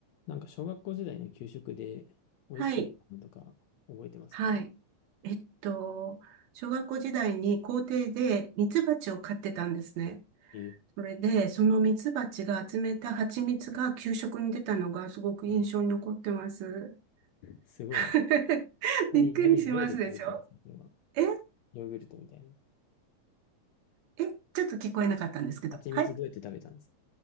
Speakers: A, on the left; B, on the right.
A: なんか小学校時代の給食で美味しかったものとか覚えてますか
B: はい、はい。えっと、小学校時代に校庭でミツバチを飼ってたんですね。
A: ええ、
B: それで、そのミツバチが集めた蜂蜜が給食に出たのがすごく印象に残ってます。
A: えすごいな。
B: <laughs>
A: 何、
B: びっくりしますでしょ
A: 何、どうやって食べたんですかそれは。
B: え
A: ヨーグルトみたいな。
B: えちょっと聞こえなかったんですけど。
A: 蜂蜜どうやって食べたんですか
B: はい。